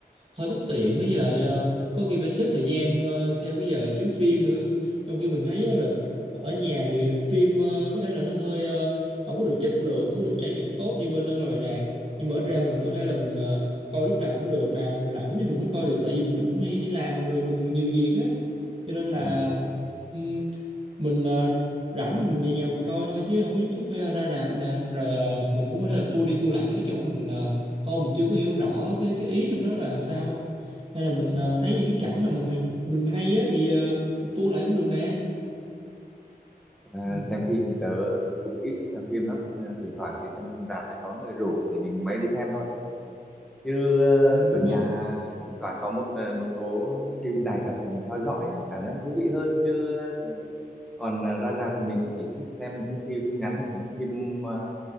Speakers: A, on the right; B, in the centre.
A: hơi bất tiện nữa, với lại ờ, có khi phải xếp thời gian ờ, theo cái giờ chiếu phim nữa trong khi mình thấy á là ở nhà thì phim ờ, có thể là nó hơi ờ, không có được chất lượng không có được trải nghiệm tốt như bên ở ngoài rạp nhưng mà ít ra mình có thể là mình ờ, coi lúc nào cũng được nè rảnh thì mình mới coi được tại vì mình cũng hay đi làm rồi mình nhiều việc á cho nên là
B: à.
A: ừm, mình ờ, rảnh thì mình về nhà mình coi thôi chứ không có nhất thiết phải ờ, ra rạp nè rồi ờ, mình
B: ừ,
A: cũng có thể là tua đi tua lại những cái chỗ mình ờ, coi mình chưa có hiểu rõ cái cái ý trong đó là sao hay là mình
B: ừ.
A: ờ, thấy những cái cảnh nào mà mình, mình hay á thì ờ, tua lại cũng được nè
B: Ờ,
A: Ừ,
B: xem phim thì tớ cũng ít đi xem phim lắm Ờ, thỉnh thoảng đi xem phim rạp thì có người rủ thì mình mới đi xem thôi chứ ờ,
A: ừ,
B: ở
A: đúng
B: nhà
A: rồi
B: thỉnh thoảng có một ờ, một số phim dài tập thì mình theo dõi cảm giác thú vị hơn chứ ờ, còn ờ, ra rạp thì mình cũng chỉ thích xem những cái phim ngắn hoặc những phim ờ,